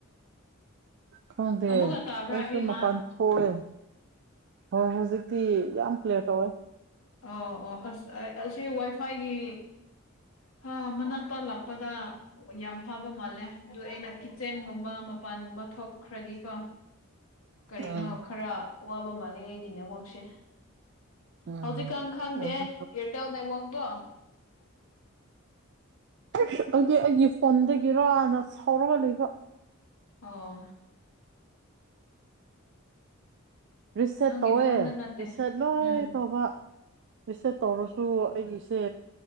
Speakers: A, on the right (about 55°); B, on the left (about 80°).
A: ꯈꯪꯗꯦ
B: ꯑꯃꯨꯛꯀ ꯇꯥꯕ꯭ꯔꯥ
A: ꯑꯩꯁꯨ
B: ꯏꯕꯦꯝꯃ
A: ꯃꯄꯥꯟ ꯊꯣꯛꯑꯦ ꯍꯣꯏ ꯍꯧꯖꯤꯛꯇꯤ ꯌꯥꯝ ꯀ꯭ꯂꯤꯌꯥꯔ ꯇꯧꯋꯦ
B: ꯑ ꯑꯣ ꯑꯁ ꯑꯁꯤ ꯋꯥꯏꯐꯥꯏꯒꯤ ꯍꯥ ꯃꯅꯥꯛꯇ ꯂꯥꯛꯄꯗ ꯌꯥꯝ ꯐꯕ ꯃꯥꯜꯂꯦ ꯑꯗꯨ ꯑꯩꯅ ꯀꯤꯠꯆꯦꯟꯒꯨꯝꯕ ꯃꯄꯥꯟ ꯨꯝ ꯑꯃ ꯊꯣꯛꯈ꯭ꯔꯗꯤ ꯀꯣ ꯀꯔꯤꯅꯣ
A: ꯎꯝ
B: ꯈꯔ ꯋꯥꯕ ꯃꯥꯂꯦ ꯑꯩꯒꯤ ꯅꯦꯠꯋꯥꯛꯁꯦ
A: ꯎꯝ
B: ꯍꯧꯖꯤꯛꯀ ꯈꯪꯗꯦ
A: ꯑꯗꯨ
B: ꯏꯌꯥꯔꯇꯦꯜ ꯅꯦꯠꯋꯔꯛꯇꯣ
A: ꯎꯝ <unintelligible> ꯄꯣꯟꯗꯒꯤꯔꯥꯅ ꯁꯥꯎꯔꯒ ꯂꯩꯕ
B: ꯑꯣ
A: ꯔꯤꯁꯦꯠ
B: ꯅꯪꯒꯤ
A: ꯇꯧꯋꯦ
B: ꯐꯣꯟꯗ ꯅꯠꯇꯦ
A: ꯔꯤꯁꯦꯠ ꯂꯣꯏ
B: ꯎꯝ
A: ꯇꯧꯕ ꯔꯤꯁꯦꯠ ꯇꯧꯔꯁꯨ ꯑꯩꯒꯤꯁꯦ